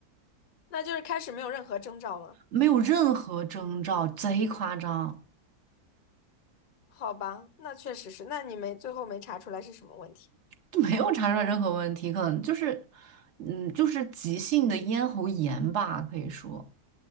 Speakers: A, on the left; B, on the right.
A: 那就是开始没有任何征兆吗？
B: 没有任何征兆，贼夸张，
A: 好吧，那确实是，那你没最后没查出来是什么问题。
B: 就没有查出来任何问题，可能就是，嗯，就是急性的咽喉炎吧，可以说。